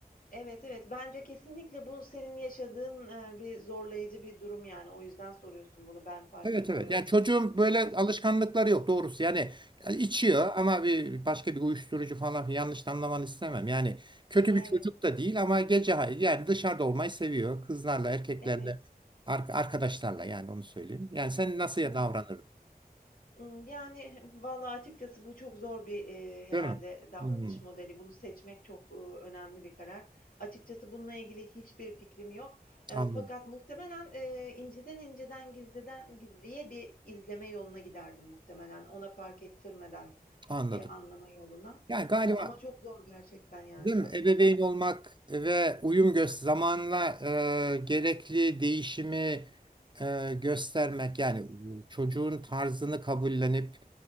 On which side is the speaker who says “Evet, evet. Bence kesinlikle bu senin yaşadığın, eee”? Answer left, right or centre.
Left